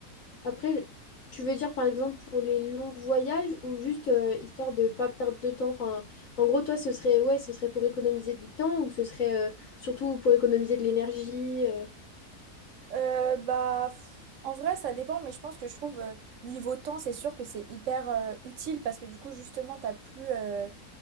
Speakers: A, on the left; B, on the right.
A: après, tu veux dire par exemple pour les longs voyages ou juste euh, histoire de pas perdre de temps? Enfin, en gros, toi, ce serait ouais, ce serait pour économiser du temps ou ce serait euh, surtout pour économiser de l'énergie? euh
B: Euh, bah, pff, en vrai, ça dépend, mais je pense que je trouve euh, niveau temps, c'est sûr que c'est hyper euh, utile parce que du coup, justement, t'as plus, euh,